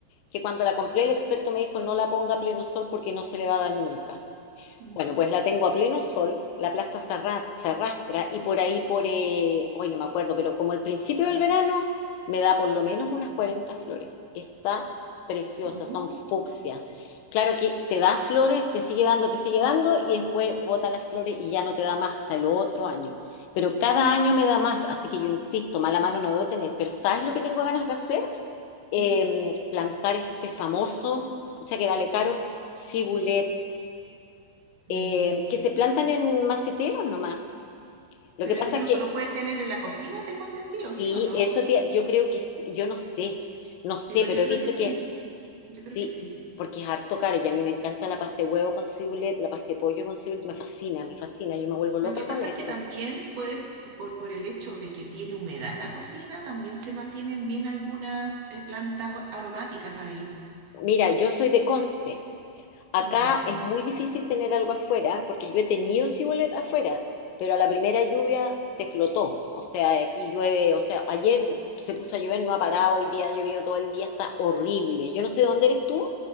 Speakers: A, on the left; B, on the right.
A: que cuando la compré el experto me dijo no la ponga a pleno sol porque no se le va a dar nunca.
B: Mm.
A: Bueno, pues la tengo a pleno sol, la plasta se arra- se arrastra y por ahí, por, eh, hoy no me acuerdo, pero como el principio del verano, me da por lo menos unas 40 flores. Está preciosa,
B: Oh.
A: son fucsia. Claro que te da flores, te sigue dando, te sigue dando y después bota las flores y ya no te da más hasta el otro año. Pero cada año me da más, así que yo insisto, mala mano no debo tener. Pero ¿sabes lo que tengo ganas de hacer? eh,
B: Mm.
A: plantar este famoso, escucha que vale caro, cibulet, eh,
B: Mm.
A: que se plantan en maceteros nomás. Lo
B: Pero
A: que pasa
B: incluso
A: es que
B: lo puedes tener en la cocina, tengo entendido,
A: sí,
B: ¿sí o no?
A: eso te- yo creo que sí, yo no sé, no sé,
B: Pero yo
A: pero
B: creo
A: he visto
B: que sí,
A: que
B: yo
A: sí,
B: creo que sí.
A: porque es harto caro y a mí me encanta la pasta de huevo con cibulet, la pasta de pollo con cibulet, me fascina, me fascina, yo me vuelvo loca
B: Lo que
A: con
B: pasa
A: eso.
B: es que también puede, por, por el hecho de que tiene humedad la cocina, también se mantienen bien algunas eh, plantas o- aromáticas ahí.
A: Mira, yo soy de Conce, Acá
B: Ya,
A: es muy difícil tener algo afuera, porque yo he tenido cibulet afuera, pero a la primera lluvia te flotó. O sea, aquí llueve, o sea, ayer se puso a llover, no ha parado, hoy día ha llovido todo el día, está horrible. Yo no sé dónde eres tú.